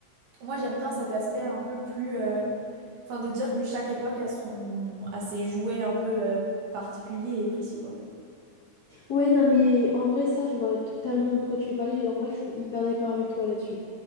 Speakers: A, on the right; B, on the left.
A: moi, j'aime bien cet aspect un peu plus. euh, Enfin, de dire que chaque époque a son... a ses jouets un peu euh, particuliers et précis, quoi.
B: Ouais, non, mais en vrai, ça, je vois totalement de quoi tu veux parler. Genre, En vrai, je suis hyper d'accord avec toi là-dessus.